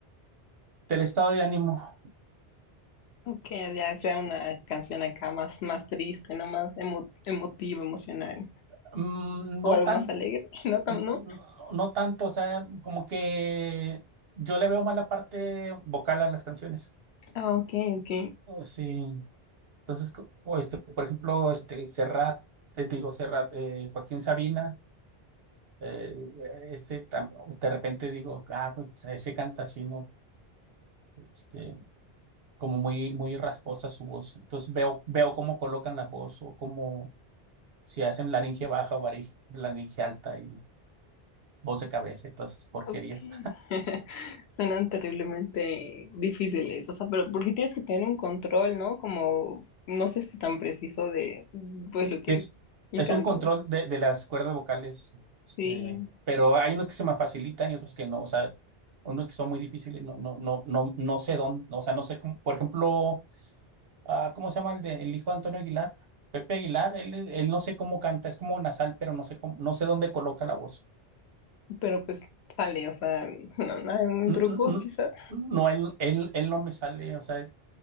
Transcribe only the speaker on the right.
del estado de ánimo.
Sí.
Mm,
No
tan,
n-
no, no tanto, o sea, como que yo le veo más la parte vocal a las canciones.
Oh, sí. Entonces, co- o este, por ejemplo, este Serrat, te digo Serrat, eh, Joaquín Sabina, eh, ese tam- de repente digo, ah, pues ese canta así, ¿no? Este, como muy, muy rasposa su voz. Entonces veo, veo cómo colocan la voz o cómo si hacen laringe baja o varig- laringe alta y voz de cabeza y todas esas porquerías.
Sí,
es,
es
un control de, de las cuerdas vocales, este,
pero hay unos que se me facilitan y otros que no, o sea, unos que son muy difíciles, no, no, no, no, no sé dónde, o sea, no sé cómo, por ejemplo, ah, ¿cómo se llama el, de, el hijo de Antonio Aguilar? Pepe Aguilar, él, es- él no sé cómo canta, es como nasal, pero no sé cómo, no sé dónde coloca la voz.
Mm,
mm,
mm, No, él, él, él no me sale, o sea,